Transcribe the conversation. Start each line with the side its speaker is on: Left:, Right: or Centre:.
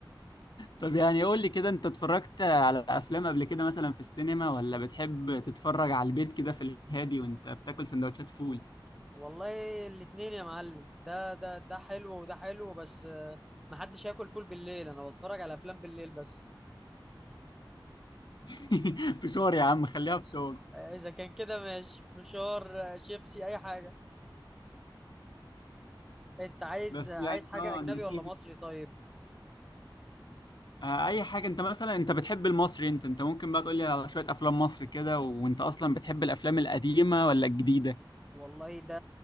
Left: طب يعني قول لي كده انت اتفرجت على افلام قبل كده مثلا في السينما ولا بتحب تتفرج على البيت كده في الهادي وانت بتاكل سندوتشات فول
Centre: والله الاتنين يا معلم ده ده ده حلو وده حلو بس آه، محدش ياكل فول بالليل انا بتفرج على افلام بالليل بس
Left: <laughs> فشار يا عم خليها فشار
Centre: آه، اذا كان كده ماشي فشار آه، شيبسي اي حاجة انت عايز
Left: بس
Centre: آه،
Left: يعني
Centre: عايز حاجة
Left: اه
Centre: اجنبي
Left: انا شايف
Centre: ولا مصري طيب
Left: آه، اي حاجه انت مثلا انت بتحب المصري انت انت ممكن بقى تقول لي على شويه افلام مصر كده وانت اصلا بتحب الافلام القديمه ولا الجديده
Centre: والله ده